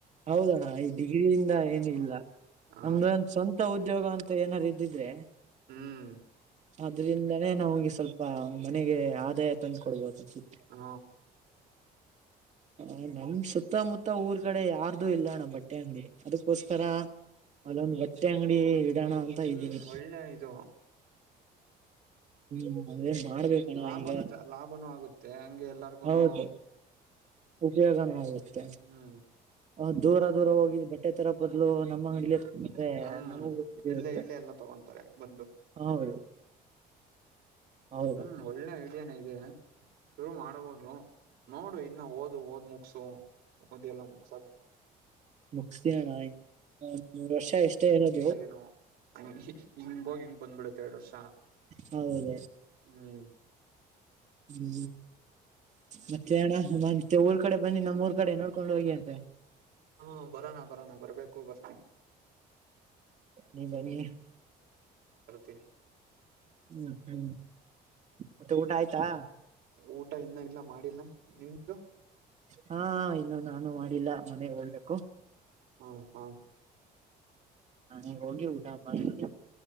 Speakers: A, on the right (about 45°); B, on the right (about 80°).
A: ಹೌದಣ್ಣ ಈ ಡಿಗ್ರಿಯಿಂದ ಏನು ಇಲ್ಲ
B: ಹ
A: ನಮ್ದ ಒಂದ ಸ್ವಂತ ಉದ್ಯೋಗ ಅಂತ ಏನಾದಾರು ಇದ್ದಿದ್ರೆ
B: ಹ್ಮ್
A: ಆದ್ರಿಂದಾನೇ ನಮ್ಗೆ ಸ್ವಲ್ಪ ಮನೆಗೆ ಆದಾಯ ತಂದು ಕೊಡ್ಬೋದುುತ್ತ
B: ಹ್ಮ
A: ಹ ನಮ್ಮ ಸುತ್ತಮುತ್ತ ಊರ್ ಕಡೆ ಯಾರ್ದು ಇಲ್ಲಣ್ಣ ಬಟ್ಟೆ ಅಂಗಡಿ. ಅದಕ್ಕೋಸ್ಕರ ಅಲ್ಲೊಂದು ಬಟ್ಟೆ ಅಂಗಡಿ ಇಡಣ ಅಂತ
B: ಹ್ಮ್
A: ಇದ್ದೀನಿ.
B: ಒಳ್ಳೆ ಇದು
A: ಹು ಅದೇ ಮಾಡಬೇಕಣ್ಣ
B: ಲಾಭನು
A: ಈಗ
B: ಜ ಲಾಭನೂ ಆಗುತ್ತೆ ಹಂಗೆ ಎಲ್ಲಾರ್ಗುನು
A: ಹೌದು. ಉಪಯೋಗನು ಆಗುತ್ತೆ.
B: ಹು
A: ಅವ ದೂರ ದೂರ ಹೋಗಿ ಬಟ್ಟೆ ತರ ಬದ್ಲು ನಮ್ಮ ಅಂಗಡಿಯಲಿ. ಅದೇ
B: ಹ್ಮ್
A: ನಮಗೂ ಇರುತ್ತೆ
B: ಇಲ್ಲೇ ಇಲ್ಲೇ ಎಲ್ಲ ತಗೊಂತಾರೆ ಬಂದು
A: ಹೌದು. ಹೌದ
B: ಹು ಒಳ್ಳೆ ಐಡಿಯಾನೆ ಇದೆ. ಶುರು ಮಾಡಬಹುದು ನೋಡು ಇನ್ನ ಓದು ಓದ್ ಮುಗಸು ಓದ್ ಎಲ್ಲ ಮುಗಸಾದ ಮೇಲೆ
A: ಮುಗ್ಸಿ ಅಣ್ಣಾ ಇನ್ ಒಂದ ಮೂರು ವರ್ಷ ಎಷ್ಟೇ ಇರೋದು.
B: ನೋ ಇಹಿ ಹಿಂಗ ಹೋಗಿ ಹಿಂಗ್ ಬಂದ್ ಬಿಡುತ್ತೆ ಎರಡ್ ವರ್ಷ.
A: ಹೌದ
B: ಹ್ಮ್
A: ಹು ಮತ್ತೆಣ ಮತ್ತೆ ಊರ್ ಕಡೆ ಬನ್ನಿ ನಮ್ಮಊರ್ ಕಡೆ ನೋಡ್ಕೊಂಡು ಹೋಗಿ ಅಂತೆ
B: ಹ್ಮ ಬರೋನ ಬರೋನ ಬರ್ಬೇಕು ಬರ್ತೀನಿ
A: ನೀ ಬನ್ನಿ
B: ಬರ್ತೀನಿ
A: ಹ್ಮ್ ಹ್ಮ್ ಮತ್ತೆ ಊಟ ಆಯ್ತಾ
B: ಊಟ ಇನ್ನ ಇಲ್ಲ ಮಾಡಿಲ್ಲ ನಿಮ್ಮದು
A: ಹಾ ಇನ್ನು ನಾನು ಮಾಡಿಲ್ಲ ಮನೆ ಹೋಗಬೇಕು
B: ಹ ಹಾ
A: ಮನೆಗೆ ಹೋಗಿ ಊಟ ಮಾಡಿ <inaudible>